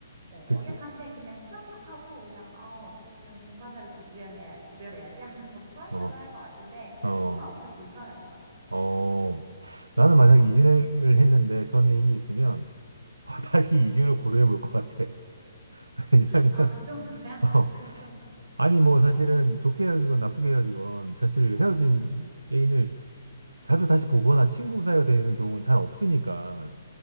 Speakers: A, on the right (about 50°); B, on the right (about 80°).
A: 어,
B: 그치?
A: 어색한데 그냥 쿨한 척하고 그냥 어, 어쨌든 공과사를 구분해야 구별해야지 하면서 <laughs> 쿨한
B: 어,
A: 척은 할 것 같은데
B: 어,
A: 속으로는 엄청 불편할 것 같아.
B: 어. 나는 만약에 이직을 했는데 전 애인이 있으면 아,
A: 응.
B: 다시 이직을 고려해 볼 것 같아. <laughs> 왜냐면,
A: 아, 그 정도야? <laughs>
B: 어,
A: 그 정도.
B: 아니, 뭐,
A: 어,
B: 사실은 좋게 헤어지건 나쁘게 헤어지건 사실
A: 어,
B: 헤어진 애인을 자주 다시 보거나 친구 사이가 되는 경우는 잘 없으니까.